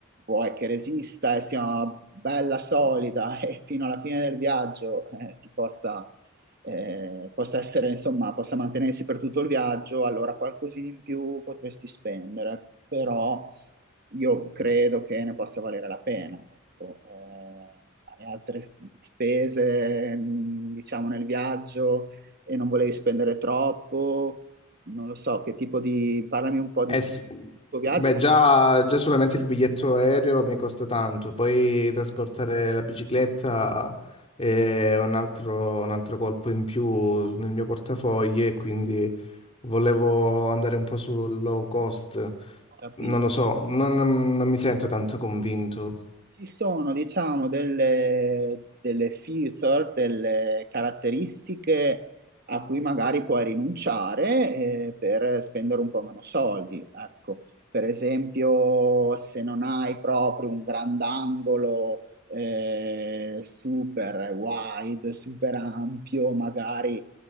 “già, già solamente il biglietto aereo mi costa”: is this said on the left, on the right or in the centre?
Left